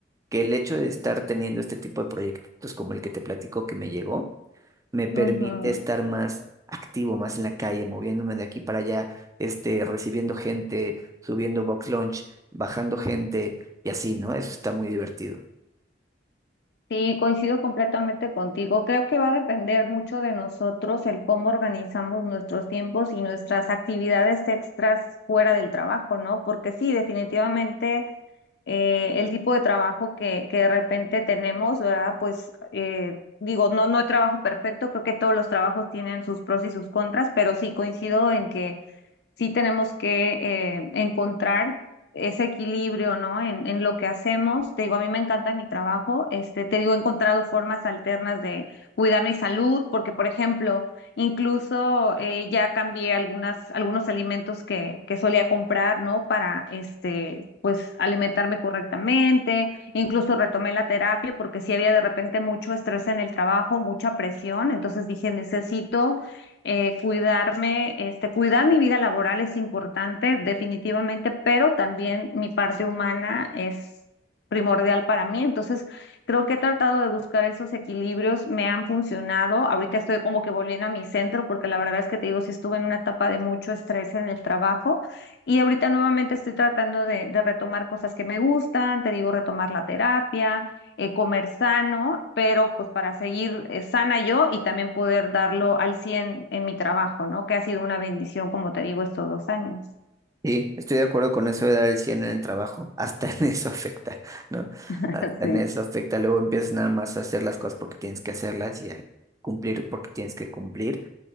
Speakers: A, on the right (about 20°); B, on the left (about 65°).
A: que el hecho de estar teniendo este tipo de proyectos como el que te platico que me llegó, me permite
B: ujú.
A: estar más activo, más en la calle, moviéndome de aquí para allá, este, recibiendo gente, subiendo box lunch, bajando gente y así, ¿no? Eso está muy divertido.
B: Sí, coincido completamente contigo. Creo que va a depender mucho de nosotros el cómo organizamos nuestros tiempos y nuestras actividades extras fuera del trabajo, ¿no? Porque sí, definitivamente eh, el tipo de trabajo que, que de repente tenemos, ¿verdad? Pues eh, digo, no, no hay trabajo perfecto, creo que todos los trabajos tienen sus pros y sus contras, pero sí coincido en que sí tenemos que eh, encontrar ese equilibrio, ¿no? En, en lo que hacemos. Te digo, a mí me encanta mi trabajo. Este, te digo, he encontrado formas alternas de cuidar mi salud, porque, por ejemplo, incluso eh, ya cambié algunas, algunos alimentos que, que solía comprar, ¿no? Para, este, pues, alimentarme correctamente. Incluso retomé la terapia porque sí había de repente mucho estrés en el trabajo, mucha presión. Entonces dije, necesito eh, cuidarme, este, cuidar mi vida laboral es importante definitivamente, pero también mi parte humana es primordial para mí. Entonces, creo que he tratado de buscar esos equilibrios, me han funcionado. Ahorita estoy como que volviendo a mi centro, porque la verdad es que te digo, sí estuve en una etapa de mucho estrés en el trabajo. Y ahorita nuevamente estoy tratando de, de retomar cosas que me gustan, te digo, retomar la terapia, eh, comer sano, pero pues para seguir eh, sana yo y también poder darlo al 100 en mi trabajo, ¿no? Que ha sido una bendición, como te digo, estos dos años.
A: Sí, estoy de acuerdo con eso de dar el 100 en el trabajo. <laughs> Hasta en eso afecta, ¿no?
B: <laughs>
A: Hasta
B: Sí,
A: en eso afecta. Luego empiezas nada más a hacer las cosas porque tienes que hacerlas y a cumplir porque tienes que cumplir,